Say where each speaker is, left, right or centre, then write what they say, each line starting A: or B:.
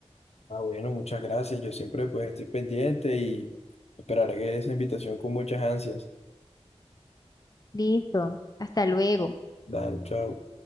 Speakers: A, on the left; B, on the left.
A: Ah, bueno, muchas gracias. Yo siempre pues estoy pendiente y esperaré esa invitación con muchas ansias.
B: Listo. Hasta luego.
A: Dale, chao.